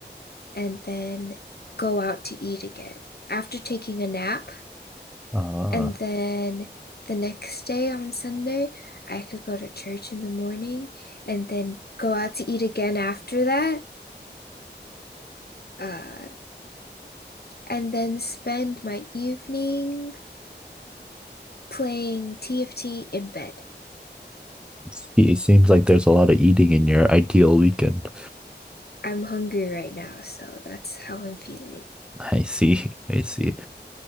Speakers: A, on the left (about 60°); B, in the centre.
A: and then go out to eat again after taking a nap.
B: Ah,
A: And then the next day on Sunday, I could go to church in the morning and then go out to eat again after that. Uh, and then spend my evening playing TFT in bed.
B: I see. it seems like there's a lot of eating in your ideal weekend.
A: I'm hungry right now, so that's how I'm feeling.
B: <laughs> I see. I see.